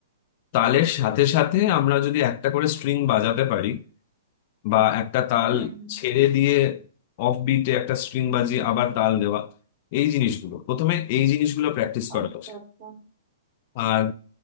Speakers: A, on the left (about 45°); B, on the right (about 40°).
A: তালের সাথে সাথে আমরা যদি একটা করে স্ট্রিং বাজাতে পারি বা একটা তাল
B: হুম
A: ছেড়ে দিয়ে অফ বিটে একটা স্ট্রিং বাজিয়ে আবার তাল দেওয়া এই জিনিসগুলো প্রথমে এই জিনিসগুলো প্র্যাকটিস করা
B: আচ্ছা
A: উচিত
B: আচ্ছা
A: আর